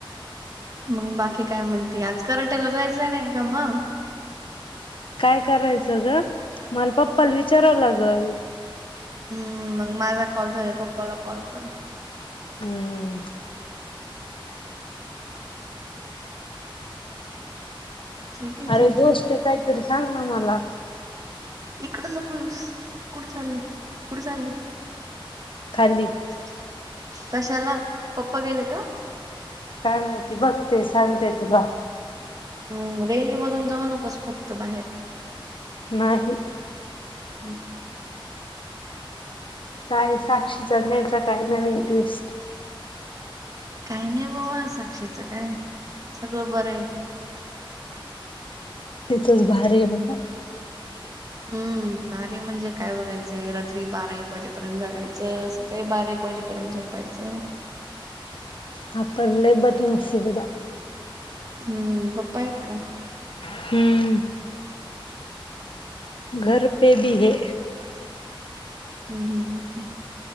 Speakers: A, on the right; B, on the left.
A: मग बाकी काय म्हणते आज कराटेला जायचं नाही का का मग
B: काय करायचं ग मला पप्पाला विचारावं लागल
A: हम्म मग माझा कॉल झाला पप्पाला कॉल करून
B: हम्म
A: ची ची
B: अरे
A: ची
B: गोष्ट
A: ची
B: काहीतरी सांग ना मला
A: इकड नकोस कुठ चालले कुठे चालले
B: खाली
A: <inaudible> कशाला पप्पा गेले का?
B: काय माहिती बघ ते सांगते तुला
A: हम रेंज मधून जाऊ नकोस फक्त बाहेर,
B: नाही,
A: <unintelligible>
B: काय साक्षीचा न्यायचा काही न म इंटस्ट
A: काही नाही बाबा साक्षीच काय, सगळं बरं आहे.
B: तिथंच भर आहे बाबा
A: हम्म, भारी म्हणजे काय बघायचंय रात्री बारा एक वाजेपर्यंत जागायचं सकाळी बारा एक वाजेपर्यंत झो पायाच
B: आप आपणले बद नसिबध
A: हम्म पप्पा आहेत का?
B: हम्. घर पे भी हेै!
A: हम् हम् ह ह.